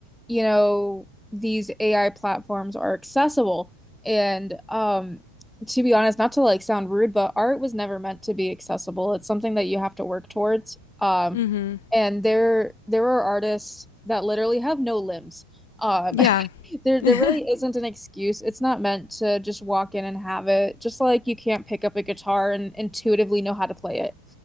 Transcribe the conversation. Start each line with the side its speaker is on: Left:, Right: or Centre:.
Centre: you know, these AI platforms are accessible. And um to be honest, not to like sound rude, but art was never meant to be accessible. It's something that you have to work towards. Um
Left: mm-hmm
Centre: and there there are artists that literally have no limbs. Um
Left: yeah
Centre: <laughs> There, there
Left: <laughs>
Centre: really isn't an excuse. It's not meant to just walk in and have it. Just like you can't pick up a guitar and intuitively know how to play it.